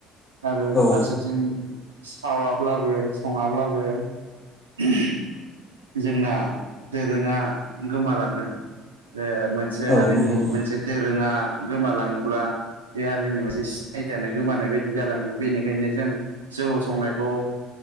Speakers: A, on the right (about 80°); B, on the left (about 35°).
A: आरो
B: औ
A: फारसेथिं सावाब्लाबो सङाब्लाबो उम जोंना दोरोङा गोमालाङो। बे मोनसे
B: औ
A: हारिनि
B: नंगौ नोंथां
A: मोनसे दोरोङा। गोमालाङोब्ला बे हारिनि मोनसे सिनायथिआनो गोमानाय बायदि जालाङो बेनिखायनो जों। जौ संनायखौ